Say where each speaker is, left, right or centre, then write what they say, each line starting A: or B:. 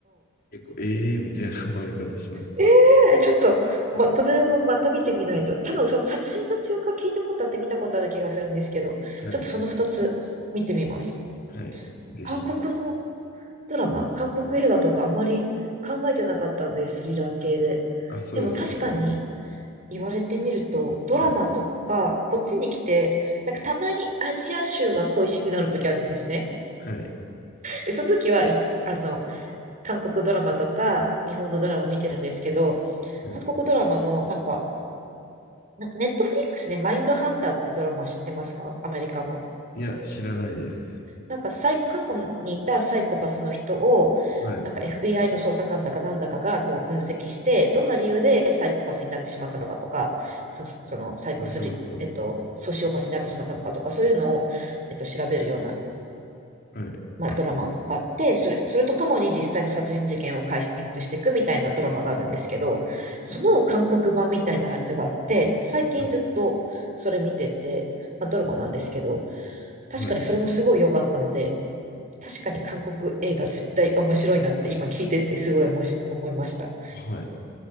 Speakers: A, on the left; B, on the right.
A: 結構、ええー、みたいな終わり方しますね。
B: ええちょっと、ま、これもまた見てみないと。多分その殺人の強化聞いたことあって見たことある気がするんですけど、
A: はい。
B: ちょっとその2つ見てみます。
A: はい。ぜひ。
B: 韓国のドラマ、韓国映画とかあまり考えてなかったんです、スリラー系で。
A: あ、そうですよね。
B: でも確かに言われてみると、ドラマとかこっちに来て、
A: はい。
B: なんかたまにアジア州が恋しくなる時あるんですね。
A: はい。
B: でその時は、いあの、韓国ドラマとか日本のドラマ見てるんですけど、
A: はい
B: 韓国ドラマのなんか、なんかネットフリックスでマインドハンターってドラマ知ってますかアメリカの。
A: いや、知らないです。
B: なんかサイ、過去にいたサイコパスの人を、
A: はい。
B: なんか FBI の捜査官だかなんだかがこう分析して、どんな理由でサイコパスになってしまったのかとか、そ、そのサイコスリ、
A: 面白そ
B: えっと、ソシオパスになってしまったのかとか、そういうのを、えっと、調べるような
A: う。はい。
B: まあ、ドラマがあって、それ、それとともに実際の殺人事件を解決していくみたいなドラマがあるんですけど、その韓国版みたいなやつがあって、最近ずっとそれ見てて、
A: は
B: まあ、ドラマなんですけど、確かにそれもすごい良かったので、
A: い。はい。
B: 確かに韓国映画絶対面白いなって今聞いててすごい思いした思いました。
A: はい